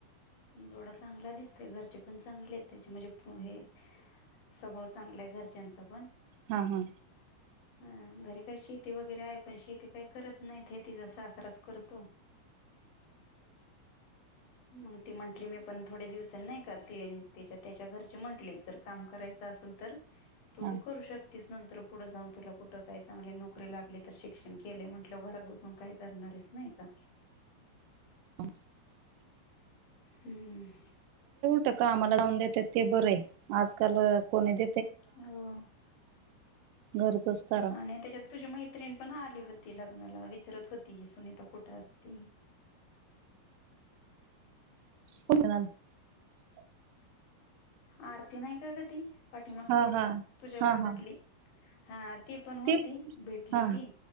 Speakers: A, on the left; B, on the right.
A: जोडा चांगला दिसतोय घरचे पण चांगले त्याचे म्हणजे हे स्वभाव चांगलं आहे. घरच्यांच पण
B: हा हा.
A: अ घरी काय शेती वगैरे आहे. पण शेती काही करत नाहीेतीचा सासराच करतो <inaudible> मग ती म्हंटली मी पण थोडे दिवसांनी नाही. का त्याच्या घरचे म्हटले जर काम करायचं असेल तर तो
B: हा
A: बी करू शकता तीच नंतर पुढे जाऊन तुला कुठं काय चांगले नोकरी लागली तर शिक्षण केले म्हटलं घरात बसून काय करणार. च नाही का
B: <inaudible>
A: हम्म.
B: आम्हाला जा देतात ते बरं आहे. आजकाल कोणी द
A: हो
B: घरचच करा.
A: आणि त्याच्यात तुझ्या मैत्रिण पण होती लग्नाला विचारत होती सुनीता कुठं असती
B: <unintelligible>
A: आरती नाही का गं ती पाठीमागचीच
B: हा हा
A: तुझ्या
B: हा
A: वर्गातली
B: हा
A: हा ती पण
B: ते
A: होती भेटली
B: हा
A: ती